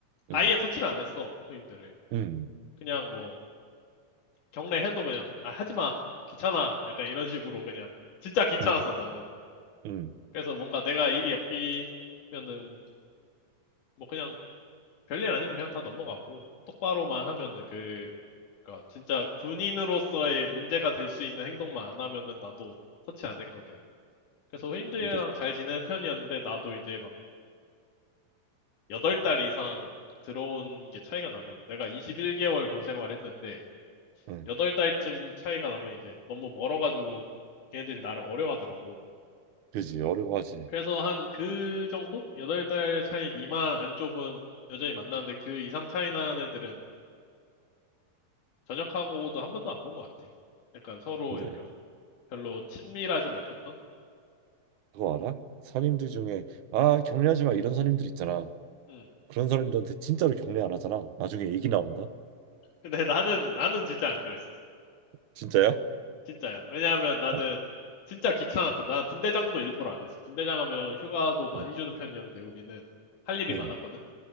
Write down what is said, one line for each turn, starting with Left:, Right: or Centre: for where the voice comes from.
Left: 아예
Right: 응,
Left: 터치를 안 했어 후임들을.
Right: 응,
Left: 그냥 뭐 경례해도 그냥 아 하지 마 귀찮아 약간 이런 식으로 그냥 진짜 귀찮았어
Right: 응,
Left: 나는.
Right: 응.
Left: 그래서 뭔가 내가 일이 엮이면은 뭐 그냥 별일 아니면 그냥 다 넘어가고 똑바로만 하면은 그 그러니까 진짜 군인으로서의 문제가 될 수 있는 행동만 안 하면은 나도 터치 안 했거든. 그래서 후임들이랑
Right: 근데
Left: 잘 지내는 편이었는데 나도 이제 막 여덟 달 이상 들어온 게 차이가 나면 내가 21개월 군 생활 했는데
Right: 응,
Left: 여덟 달쯤 차이가 나면 이제 너무 멀어가지고 걔네들이 나를 어려워하더라고.
Right: 그지 어려워하지.
Left: 그래서 한 그 정도? 여덟 달 차이 미만 안쪽은 여전히 만나는데 그 이상 차이 나는 애들은 전역하고도 한 번도 안 본 것 같아. 약간 서로
Right: 근데
Left: 약간 별로 친밀하지 못했던?
Right: 그거 알아? 선임들 중에 아 격려하지 마 이런 선임들 있잖아.
Left: 음.
Right: 그런 사람들한테 진짜로 격려 안 하잖아. 나중에 얘기 나온다.
Left: 근데 나는, 나는 진짜 안 그랬어.
Right: 진짜야?
Left: 진짜야. 왜냐하면 나는
Right: 어,
Left: 진짜 귀찮았고, 나는 분대장도 일부러 안 했어. 분대장 하면 휴가도 많이
Right: 응,
Left: 주는 편이었는데, 우리는 할 일이
Right: 응,
Left: 많았거든?